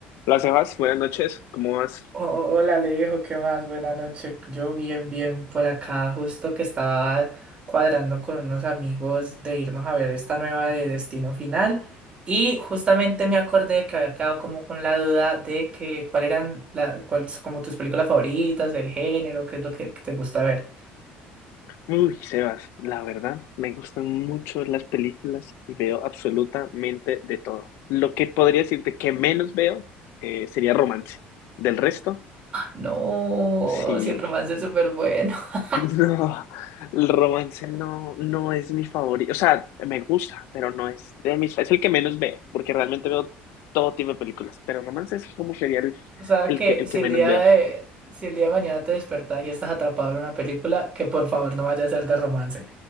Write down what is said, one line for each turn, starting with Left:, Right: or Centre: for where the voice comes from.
Left: Hola Sebas, buenas noches, ¿cómo vas?
Right: O- Hola Alejo, ¿qué más? Buenas noches. Yo bien, bien por acá, justo que estaba cuadrando con unos amigos de irnos a ver esta nueva de Destino Final y justamente me acordé que había quedado como con la duda de que cuál eran la, cuáles como tus películas favoritas, del género, qué es lo que, que te gusta ver.
Left: Uy, Sebas, la verdad, me gustan mucho las películas y veo absolutamente de todo. Lo que podría decirte que menos veo eh, sería romance. Del resto,
Right: No,
Left: sí.
Right: si el romance
Left: <laughs>
Right: es súper bueno. <laughs>
Left: No, el romance no, no es mi favorito. O sea, me gusta, pero no es de mis... Es el que menos veo, porque realmente veo todo tipo de películas, pero romance es como sería el,
Right: O sea
Left: el
Right: que
Left: que, el
Right: si
Left: que
Right: el
Left: menos
Right: día
Left: veo.
Right: de, si el día de mañana te despertas y estás atrapado en una película, que por favor no vaya a ser de romance.